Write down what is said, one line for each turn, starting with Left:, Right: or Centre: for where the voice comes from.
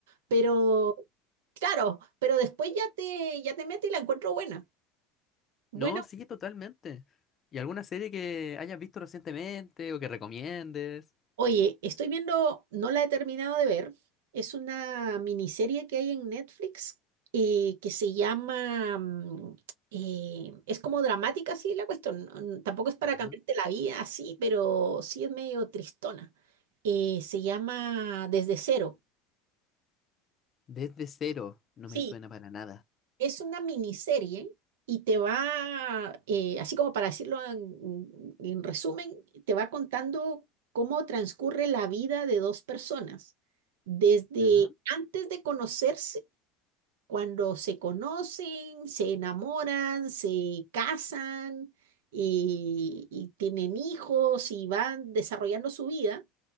Right: pero claro, pero después ya te, ya te mete y la encuentro buena. Bueno,
Left: No, sí, totalmente. ¿Y alguna serie que hayas visto recientemente o que recomiendes?
Right: Oye, estoy viendo, no la he terminado de ver, es una miniserie que hay en Netflix eh, que se llama, mm, eh, es como dramática, sí, la cuestión, no- no- tampoco es para
Left: Ya.
Right: cambiarte la vida así, pero sí es medio tristona. Eh, se llama Desde Cero.
Left: Desde cero, no
Right: Sí,
Left: me suena para nada.
Right: Es una miniserie y te va, eh, así como para decirlo en, en resumen, te va contando cómo transcurre la vida de dos personas, desde
Left: Ya.
Right: antes de conocerse, cuando se conocen, se enamoran, se casan eh, y tienen hijos y van desarrollando su vida